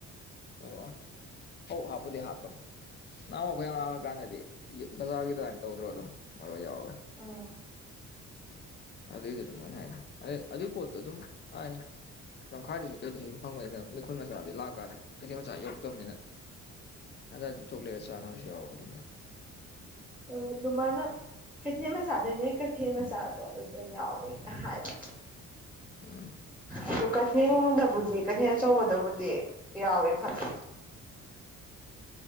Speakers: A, on the left (about 35°); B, in the centre.
A: ꯑꯣ ꯍꯧ ꯍꯥꯞꯄꯨꯗꯤ ꯍꯥꯞꯄꯝ ꯅꯍꯥꯋꯥꯏ ꯑꯈꯣꯏ ꯑꯉꯥꯡ ꯑꯣꯏꯀꯥꯟꯗꯗꯤ ꯌꯨ ꯕꯖꯥꯔꯒꯤ ꯑꯗꯨꯃꯥꯏꯅ ꯇꯧꯗ꯭ꯔꯣ ꯑꯗꯨꯝ ꯃꯔꯣꯏ ꯌꯥꯎꯔ
B: ꯎꯝ
A: ꯑꯗꯨꯏꯗꯨꯅꯤ ꯃꯣꯏꯅ ꯍꯥꯏ ꯑ ꯑꯗꯨꯏ ꯄꯣꯠꯇꯨ ꯑꯗꯨꯝ ꯑꯥꯏ ꯂꯝꯈꯥꯏꯗꯁꯨ ꯀꯩꯗꯁꯨ ꯁꯨꯝ ꯐꯪꯕꯅꯤꯅ ꯃꯤꯈꯨꯟ ꯃꯆꯥꯗꯤ ꯂꯥꯛꯀꯥꯟꯗ ꯀꯩꯊꯦꯜ ꯃꯆꯥ ꯌꯧꯔꯛꯇꯕꯅꯤꯅ ꯑꯗꯥꯗ ꯇꯣꯛ ꯂꯩꯔ ꯆꯥꯅꯕꯁꯨ ꯌꯥꯎꯕꯅꯤꯗ
B: ꯑꯗꯣ ꯑꯗꯨ ꯃꯥꯅ ꯀꯩꯊꯦꯟ ꯃꯆꯥꯗꯩꯅꯦ ꯀꯩ ꯊꯦꯟ ꯃꯆꯥꯗꯣ ꯑꯗꯨꯗ ꯌꯥꯎꯋꯦꯅ ꯍꯥꯏꯕ
A: ꯎꯝ
B: ꯑꯗꯨ ꯀꯩꯊꯦꯜꯗꯕꯨꯗꯤ ꯀꯩꯊꯦꯟ ꯑꯆꯧꯕꯗꯕꯨꯗꯤ ꯌꯥꯎꯋꯦ ꯈꯪ
A: <inaudible>